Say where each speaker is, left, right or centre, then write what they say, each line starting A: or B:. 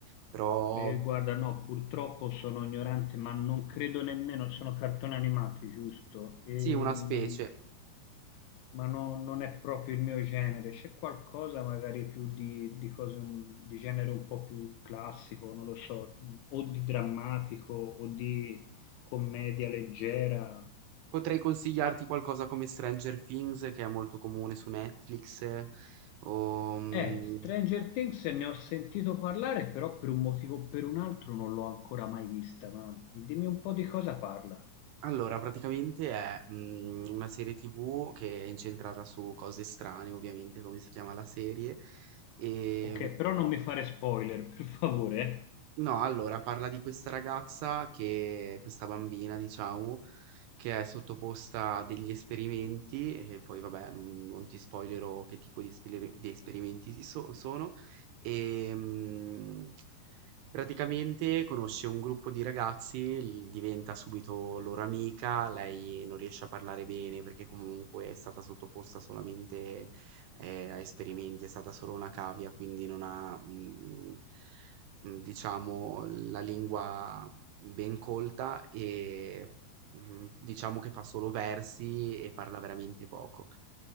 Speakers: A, on the right; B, on the left.
A: però
B: Eh, guarda, no, purtroppo sono ignorante, ma non credo nemmeno, sono cartoni animati, giusto? Ehm,
A: sì, una specie.
B: ma no- non è proprio il mio genere. C'è qualcosa magari più di, di cose, un- di genere un po' più classico, non lo so, o di drammatico o di commedia leggera.
A: Potrei consigliarti qualcosa come Stranger Things, che è molto comune su Netflix. eh, O, mm,
B: Eh, Stranger Things ne ho sentito parlare, però per un motivo o per un altro non l'ho ancora mai vista, ma dimmi un po' di cosa parla.
A: allora, praticamente è mm, una serie TV che è incentrata su cose strane, ovviamente, come si chiama la serie. ehm,
B: Ok, però non mi fare spoiler, <laughs> per favore, eh.
A: No, allora parla di questa ragazza che questa bambina diciamo, che è sottoposta a degli esperimenti e poi vabbè non, non ti spoilerò che tipo di, esperi- di esperimenti si so- sono e mm, praticamente conosce un gruppo di ragazzi, l- diventa subito loro amica, lei non riesce a parlare bene perché comunque è stata sottoposta solamente eh, a esperimenti, è stata solo una cavia, quindi non ha... mm, mhmm, diciamo la lingua ben colta e, mhmm, diciamo che fa solo versi e parla veramente poco.